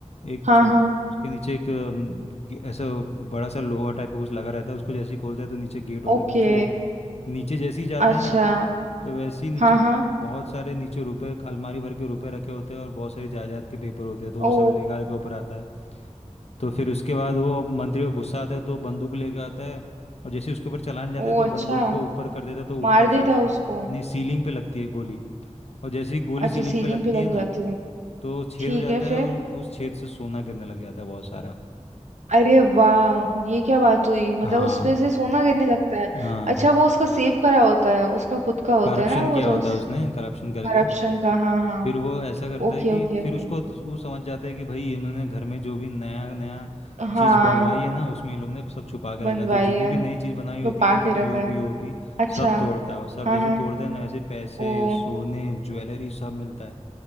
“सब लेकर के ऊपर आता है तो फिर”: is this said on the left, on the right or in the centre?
Left